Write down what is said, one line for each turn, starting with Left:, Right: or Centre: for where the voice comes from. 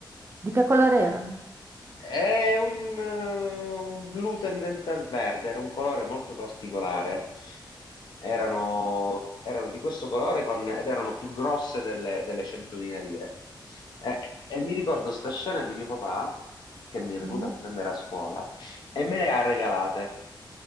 Right: Di che colore erano?
Left: è un, eh, un blu tendente al verde, era un colore molto particolare. Erano, erano di questo colore con- ed erano più grosse delle, delle 100.000 lire. E, e mi ricordo sta scena di mio papà che mi è venuto
Right: Mm?
Left: a prendere a scuola e me le ha regalate